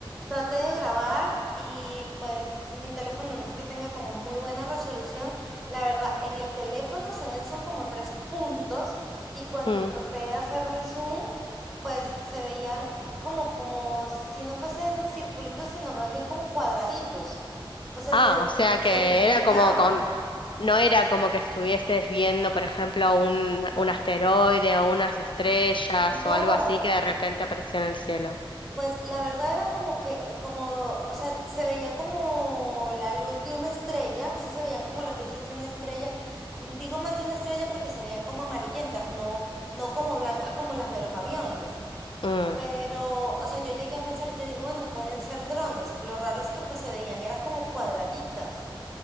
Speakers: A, in the centre; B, on the left (about 70°).
A: traté de grabar y pues mi teléfono no es que tenga como muy buena resolución. La verdad, en el teléfono se ven son como tres puntos y cuando
B: Mm.
A: traté de hacerle zoom, pues se veían como, como si no fuesen circulitos, sino más bien como cuadraditos. O sea,
B: Ah,
A: se,
B: o sea que
A: se difuminaba.
B: era como con, no era como que estuvieses viendo, por ejemplo, un, un asteroide o unas estrellas
A: No.
B: o algo así que de repente apareció en el cielo.
A: Pues la verdad era como que, como, o sea, se veía como la luz de una estrella, sí se veían como las luces de una estrella. Mm, Digo más de una estrella porque se veían como amarillentas, no, no como blancas como las de los aviones.
B: Mm.
A: Pero, o sea, yo llegué a pensar y yo dije, bueno, pueden ser drones. Lo raro es que pues se veían, era como cuadraditas.